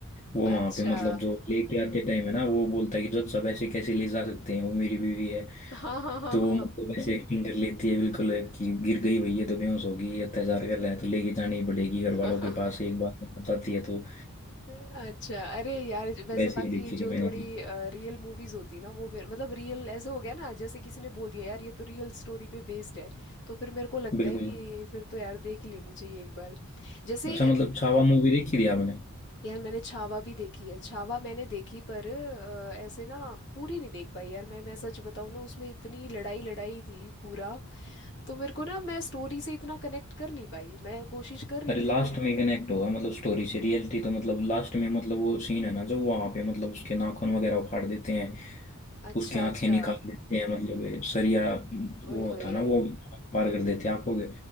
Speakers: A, on the left; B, on the left.
A: वो वहां
B: अच्छा
A: पे मतलब जो लेके आते टाइम है ना वो बोलता है कि जज साहब ऐसे कैसे ले जा सकते हैं वो मेरी बीवी है
B: हाँ हाँ
A: तो
B: हाँ
A: वो मतलब ऐसे एक्टिंग कर लेती है बिल्कुल कि गिर गई भैया तो बेहोश होगी ये अत्याचार कर रहा है तो लेके जानी ही पड़ेगी घर
B: हाँ
A: वालों के पास
B: <laughs>
A: एक बार बताती है तो
B: अच्छा अरे यार वैसे
A: वैसे
B: बाकी
A: ही देखी
B: जो
A: थी मैंने
B: थोड़ी
A: भी
B: रियल मूवीज होती है ना वो मेरे मतलब रियल ऐसे हो गया ना जैसे किसी ने बोल दिया यार ये तो रियल स्टोरी पे बेस्ड है तो फिर मेरे को लगता
A: बिल्कुल
B: है कि फिर तो यार देख ही लेनी चाहिए एक बार जैसे
A: अच्छा मतलब छावा मूवी देखी थी आपने
B: यार मैंने छावा भी देखी है छावा मैंने देखी पर अ, ऐसे ना पूरी नहीं देख पाई यार मैं मैं सच बताऊँ ना उसमें इतनी लड़ाई लड़ाई थी पूरा तो मेरे को ना मैं स्टोरी से इतना कनेक्ट कर नहीं पाई मैं कोशिश कर रही
A: अरे लास्ट
B: थी पूरी
A: में कनेक्ट होगा मतलब स्टोरी से रियलिटी तो मतलब लास्ट में मतलब वो सीन है ना जो वहां पे मतलब उसके नाखून वगैरह उखाड़ देते हैं
B: अच्छा
A: उसकी आंखें
B: अच्छा
A: निकाल हम्म देते हैं मतलब ये सरिया
B: ओए
A: वो
B: होए
A: होता ना वो पार कर देते हैं आंखों के